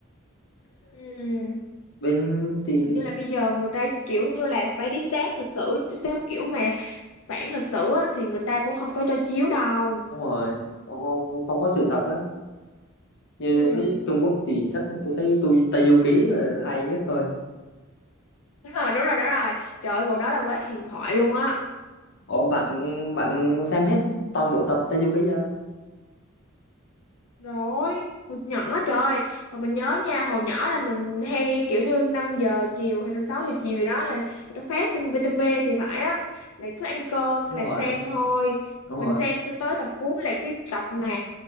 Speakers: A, on the left; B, on the left.
A: Ừm,
B: bên thì
A: hình như là bây giờ người ta kiểu như là phải đi sát lịch sử chứ theo kiểu mà phản lịch sử á, thì người ta cũng không có cho chiếu đâu
B: đúng rồi không, không, không có sự thật á như
A: Ừm.
B: thấy Trung
A: <laughs>
B: Quốc thì chắc tôi thấy tôi Tây Du Ký là hay nhất thôi
A: Đúng rồi đúng rồi đúng rồi trời ơi, bộ đó là quá huyền thoại luôn á
B: ủa bạn bạn xem hết toàn bộ tập Tây Du Ký chưa
A: Rồi, hồi nhỏ trời, hồi mình nhớ nha, hồi nhỏ là mình hay kiểu như 5 giờ chiều hay là 6 giờ chiều gì đó là người ta phát trên VTV thì phải á, lại cứ ăn cơm
B: đúng
A: là
B: rồi
A: xem
B: đúng,
A: thôi.
B: đúng
A: Mình
B: rồi
A: xem tới tới tập cuối là cái tập mà